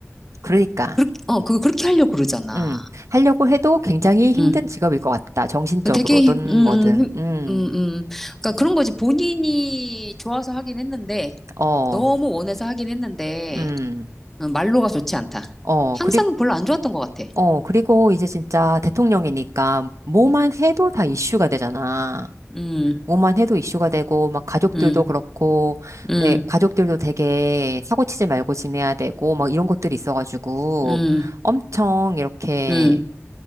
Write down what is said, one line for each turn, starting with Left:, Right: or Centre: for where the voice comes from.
Right: 그러니까,
Centre: 그렇게, 어, 그거 그렇게 하려고 그러잖아.
Right: 음, 하려고 해도 굉장히 힘든
Centre: 음.
Right: 직업일 것 같다. 정신적으로든
Centre: 되게, 음,
Right: 뭐든,
Centre: 음,
Right: 음,
Centre: 음, 음. 그러니까 그런 거지. 본인이 좋아서 하긴 했는데,
Right: 어,
Centre: 너무 원해서 하긴 했는데,
Right: 음,
Centre: 어, 말로가 좋지 않다.
Right: 어,
Centre: 항상
Right: 그리,
Centre: 별로 안 좋았던 것 같아.
Right: 어, 그리고 이제 진짜 대통령이니까 뭐만 해도 다 이슈가 되잖아.
Centre: 음,
Right: 뭐만 해도 이슈가 되고, 막 가족들도
Centre: 음,
Right: 그렇고,
Centre: 음,
Right: 네, 가족들도 되게 사고치지 말고 지내야 되고, 막 이런 것들이 있어가지고,
Centre: 음,
Right: 엄청 이렇게
Centre: 음,